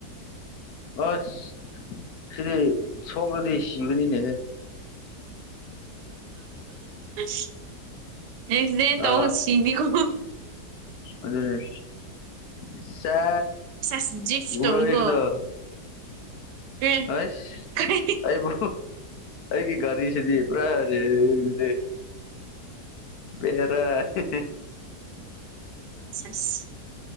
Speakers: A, on the left; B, on the right.
A: ꯑꯁ ꯁꯤꯗꯤ ꯁꯣꯛꯂꯗꯤ ꯁꯤꯕꯅꯤꯅꯦꯍꯦ
B: <inaudible> ꯑꯦꯛꯁꯤꯗꯦꯟ
A: ꯑ
B: ꯇꯧ ꯁꯤꯅꯤꯀꯣ
A: ꯑꯗꯨꯅꯦ ꯁꯦꯁ
B: ꯁꯦꯁ ꯖꯤꯞꯁ
A: ꯎꯕ꯭ꯔ
B: ꯇꯧꯋꯤꯀꯣ
A: ꯍꯧꯖꯤꯛꯒꯤꯗꫭ
B: ꯑꯦ
A: ꯑꯣꯏꯁ
B: ꯀꯔꯤ
A: ꯑꯩꯕꯨ ꯒꯤ ꯒꯥꯔꯤ ꯁꯤꯗꯤ ꯄꯨꯔꯥ ꯔꯦꯁꯤꯗꯤ ꯕꯦꯔꯥꯅꯤ
B: ꯁꯁ